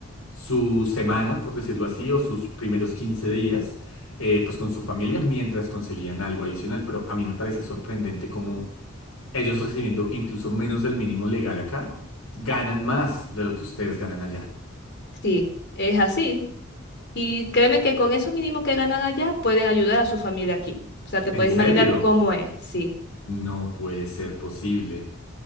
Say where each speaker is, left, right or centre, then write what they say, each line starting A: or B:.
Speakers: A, on the left (about 75°); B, on the left (about 50°).
A: su semana, por decirlo así, o sus primeros 15 días, eh, pues con su familia mientras conseguían algo adicional. Pero a mí me parece sorprendente cómo ellos recibiendo incluso menos del mínimo legal acá, ganan más de lo que ustedes ganan allá.
B: sí, es así. Y créeme que con eso mínimo que ganan allá pueden ayudar a su familia aquí. O sea, te
A: ¿En
B: puedes
A: serio?
B: imaginar cómo es, sí.
A: No puede ser posible.